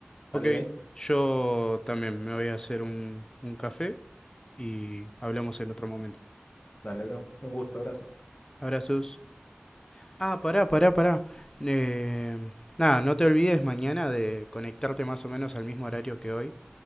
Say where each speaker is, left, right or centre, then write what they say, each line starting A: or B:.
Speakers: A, on the left (about 15°); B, on the left (about 35°).
A: Ok,
B: Dale, Bray.
A: yo también me voy a hacer un, un café y hablamos en otro momento.
B: Dale, bro. Un gusto, abrazo.
A: Abrazos. Ah, pará, pará, pará. Eh, nada, no te olvides mañana de conectarte más o menos al mismo horario que hoy.